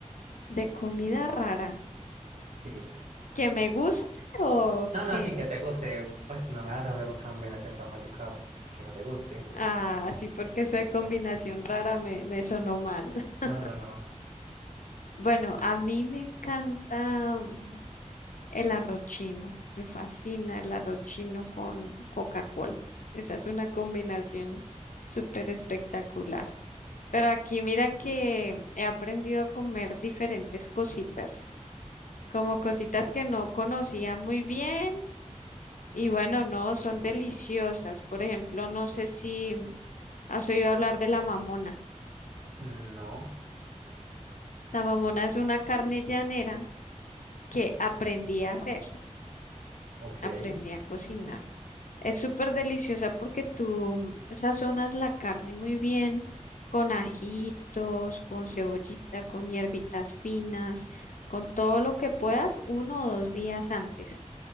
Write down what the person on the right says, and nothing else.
Sí.
No, no,
sí, que te guste, pues no me vas a hacer una combinación tan maluca que no te guste.
No,
no, no.
No,
ok,